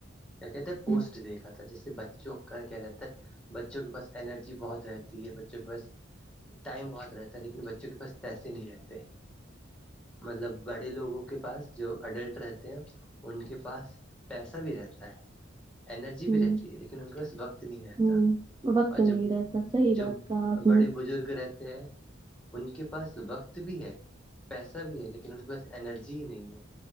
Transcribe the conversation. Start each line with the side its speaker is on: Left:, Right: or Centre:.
Centre: کیا کہ تھا پوسٹ
Right: ہوں
Centre: دیکھا تھا جیسے بچوں کا کیا کہتا ہے بچوں کے پاس انرجی بہت رہتی ہے بچوں کے پاس ٹائم بہت رہتا ہے لیکن بچوں کے پاس پیسے نہیں رہتے مطلب بڑے لوگوں کو کے پاس جو اڈلٹ رہتے ہیں ان کے پاس پیسہ بھی رہتا ہے انرجی
Right: ہوں
Centre: بھی رہتی ہے لیکن ان کے پاس وقت نہیں رہتا
Right: ہوں وقت
Centre: اور
Right: نہیں
Centre: جب
Right: رہتا صحیح
Centre: جو
Right: بات کہا آپ
Centre: بڑے
Right: نے
Centre: بزرگ رہتے ہیں ان کے پاس وقت بھی ہے پیسہ بھی ہے لیکن ان کے پاس انرجی ہی نہیں ہے